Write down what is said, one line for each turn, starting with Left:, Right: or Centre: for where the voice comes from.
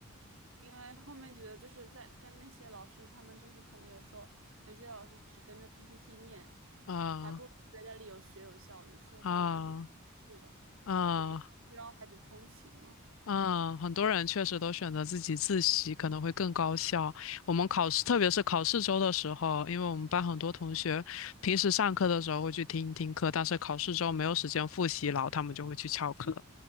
Right: 因为后面觉得就是在跟那些老师，他们就是可能有时候有些老师只跟着 PPT 念，
Left: 啊
Right: 还不如在家里有学有效率，所以后面干脆不去了。
Left: 啊啊！
Right: 对，因为然后还得通勤嘛。
Left: 嗯，很多人确实都选择自己自习，可能会更高效。我们考试，特别是考试周的时候，因为我们班很多同学平时上课的时候会去听一听课，但是考试周没有时间复习，然后他们就会去翘课。